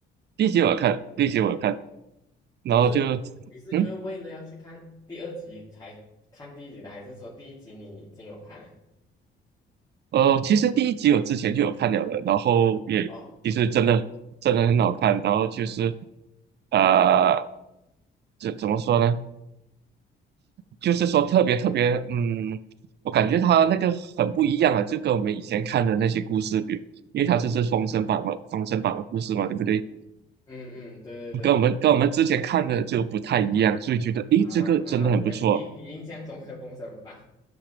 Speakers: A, on the right (about 55°); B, on the left (about 20°).
A: 第一集我有看，第一集我有看，然后就
B: 你是你是因为为了要去看第二集才看第一集的，
A: 嗯
B: 还是说第一集你已经有看了？
A: 呃，其实第一集我之前就有看了的，然后也其实真的真的很好看，
B: 哦，
A: 然后就是呃怎怎么说呢？就是说特别特别嗯，我感觉它那个很不一样啊，就跟我们以前看的那些故事比，因为它这是封神榜嘛，封神榜的故事嘛，对不对？
B: 嗯嗯，对对对，
A: 跟我们跟我们之前看的就不太一样，所以觉得诶，
B: 啊啊，
A: 这个真的很不错。
B: 我们印印象中的《封神榜》